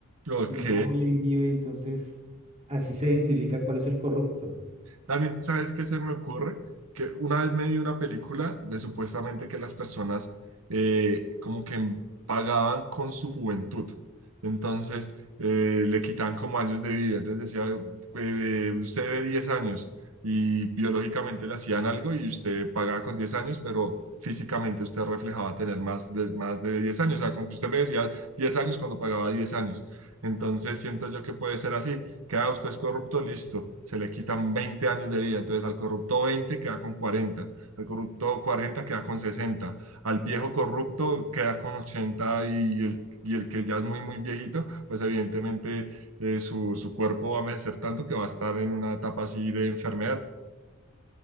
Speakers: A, on the right; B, on the right.
A: ok.
B: un rojo bien vivo y entonces así se identifica cuál es el corrupto.
A: También, ¿sabes qué se me ocurre? Que una vez me vi una película de supuestamente que las personas eh, como que pagaban con su juventud. Entonces, eh, le quitaban como años de vida. Entonces decía, eh, usted debe 10 años y biológicamente le hacían algo y usted pagaba con 10 años, pero físicamente usted reflejaba tener más de, más de diez años. O sea, como que usted me decía 10 años cuando pagaba 10 años. Entonces siento yo que puede ser así, queda usted es corrupto, listo, se le quitan 20 años de vida, entonces al corrupto 20 queda con 40 al corrupto 40 queda con 60 al viejo corrupto queda con 80 y el, y el que ya es muy, muy viejito, pues evidentemente eh, su, su cuerpo va a envejecer tanto que va a estar en una etapa así de enfermedad.